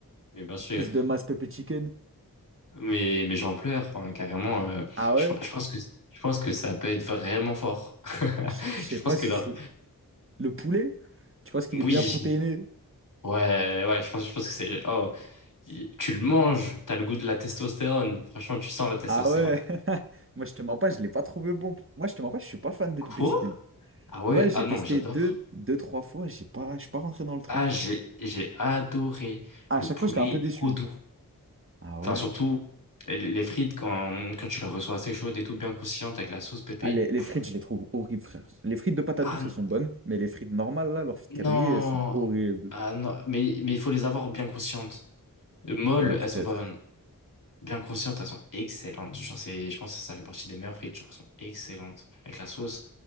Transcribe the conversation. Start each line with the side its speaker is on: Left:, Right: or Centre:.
Left: et bien sûr.
Right: prise de masse pépé chicken.
Left: Mais, mais j'en pleure, enfin, carrément. euh,
Right: Ah ouais?
Left: je, je pense que, je pense que ça peut être vraiment fort. <laughs>
Right: Ah, je je sais
Left: Je
Right: pas
Left: pense que
Right: si
Left: leur...
Right: c'est le poulet. Tu vois ce qu'il
Left: Oui.
Right: est bien protéiné.
Left: Ouais, ouais, je pense, je pense que c'est... Oh, y- tu le manges, t'as le goût de la testostérone. Franchement, tu sens la testostérone.
Right: Ah ouais? <laughs> Moi, je te mens pas, je l'ai pas trouvé bon. Moi, je te mens pas, je suis pas fan des
Left: Quoi?
Right: pépé chicken.
Left: Ah ouais,
Right: Ouais, j'ai
Left: ah non,
Right: testé
Left: j'adore.
Right: deux, deux, trois fois, j'ai pas, je suis pas rentré dans le truc.
Left: Ah,
Right: frère.
Left: j'ai, j'ai adoré.
Right: À
Left: Le
Right: chaque
Left: poulet
Right: fois, j'étais un peu
Left: est
Right: déçu.
Left: trop doux.
Right: Ah
Left: Enfin,
Right: ouais?
Left: surtout, les les frites, quand, quand tu les reçois assez chaudes et tout bien croustillantes avec la sauce pépé.
Right: Ah, les, les
Left: pff,
Right: frites, je les trouve horribles, frère. Les frites de patates
Left: ah
Right: douces,
Left: n-
Right: elles sont bonnes, mais les frites normales, là, leurs frites
Left: non!
Right: quadrillées, elles sont horribles.
Left: Ah non! Mais, mais il faut les avoir bien croustillantes. Euh, Molles,
Right: Ouais, peut-être.
Left: elles sont pas bonnes. Bien croustillantes, elles sont excellentes. Genre, c'est, je pense que ça fait partie des meilleures frites. Genre, elles sont excellentes avec la sauce.